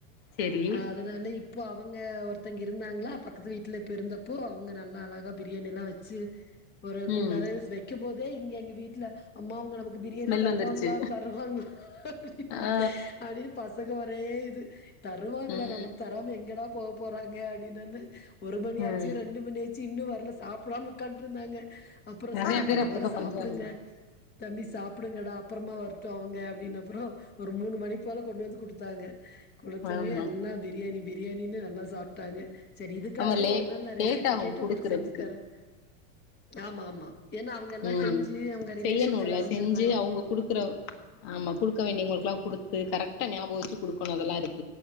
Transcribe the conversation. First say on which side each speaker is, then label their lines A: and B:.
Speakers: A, on the left; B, on the left.
A: செரி
B: அதனால இப் இப்ப அவுங்க ஒருத்தவ்ங்க இருந்தாங்ளா பக்கத்து வீட்ல இப்ப இருந்தப்போ அவ்ங்க நல்லா அழ கா பிரியாணியெல்லா வச்சு ஒரு
A: ம்
B: குண்டா ரைஸ் வைக்கம்போ தே இங்க எங்க வீட்ல அம்மா அவுங்க நமக் கு பிரியாணி
A: ஸ்மெல்
B: தருவாங்ளா
A: வந்துருச்சு
B: தருவாங்ளா அப்டின்னு
A: ஆ
B: அப்டின் பசங்க ஒரே இது தருவாங்கடா
A: ம்
B: நமக்கு தராம எங் எங்கடா போக போறாங்க அப்டின் நானு ஒரு மணியாச்சு
A: ம்
B: ரெண்டு மணியாச் இன்னு வரல சாப் புடாம ஒக்காட்டுருந்தாங்க, அப்புறோ
A: நெறைய
B: சரி
A: பேர்
B: பரவாயில்ல
A: அப்டித்தா
B: சாப்பிடுங்க
A: பண்றாங்க
B: தம்பி சாப் குடுங்கடா அப்புறமா வர்ட்டோ அவுங்க, அப்படின்ன அப்புறோ ஒரு மூணு மணி போல கொண்டு வந்து குடுத்தாங்க. குடுத்தொன்னேயே
A: ஆமா
B: எல்லா பிரியாணி பிரியாணின்னு நல்லா சா சாப்ட்டாங்க சரி இதுக்காகவே
A: ஆமா லே
B: ஒரு நாள் நா
A: லேட்
B: ரெசிபி
A: ஆகு
B: கேட்டு
A: குடுக்குறதுக்கு
B: உங்களுக்கு செஞ்சு தரேன். ஆமா ஆமா ஏன்னா அவங்க எல்லா
A: ஹம்
B: செஞ்சு அவங்க ரிலேஷன்ஸ்
A: செய்யணும்ல
B: எல்லா வந்திருந்தாங்க
A: செஞ்சு அவங்க குடுக்குற ஆமா குடுக்க வேண்டியவங்களுக்கெல்லாம் குடுத் கரெக்டா ஞாபக வெச்சு குடுக்கணோ அதெல்லா இருக்கு.